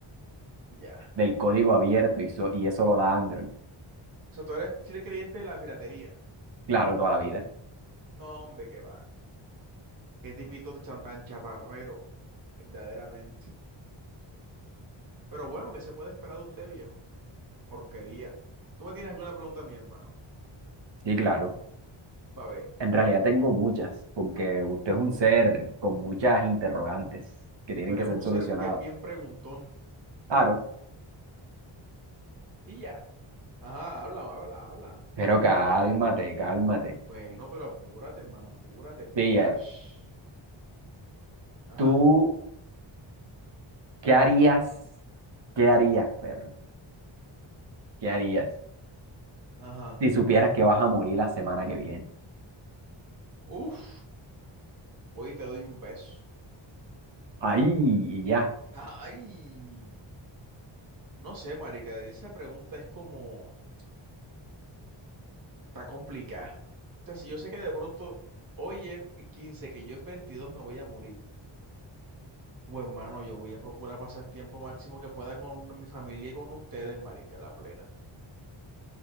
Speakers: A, on the right; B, on the right.
A: Ya.
B: Del código abierto y, so- y eso lo da Android.
A: O sea, tú eres fiel creyente de la piratería.
B: Claro, toda la vida.
A: No, hombre, qué va. Qué tipito chan- tan chatarrero, verdaderamente. Pero bueno, ¿qué se puede esperar de usted, viejo? Porquería. Tú me tienes alguna pregunta a mí, hermano.
B: Sí, claro.
A: Pa' ver.
B: En realidad tengo muchas, porque usted es un ser con muchas interrogantes que
A: Y
B: tienen
A: tú eres
B: que ser
A: un
B: solucionadas.
A: ser que es bien preguntón.
B: Claro,
A: Y ya. Ajá, habla, habla, habla.
B: pero
A: ¿Cuál es la
B: cálmate,
A: demora, viejo?
B: cálmate.
A: Bueno, pero apúrate, hermano, apúrate, pilas.
B: Pilla,
A: Ajá,
B: ¿tú qué harías? ¿Qué harías, perro? ¿Qué harías
A: ajá.
B: si supieras que vas a morir la semana que viene?
A: Uf, voy y te doy un beso.
B: Ahí y ya.
A: <laughs> Ay. No sé, marica, esa pregunta es como... Está complicada. O sea, si yo sé que de pronto hoy es 15, que yo es 22 me voy a morir. O hermano, yo voy a procurar pasar tiempo máximo que pueda con mi familia y con ustedes, marica, la plena.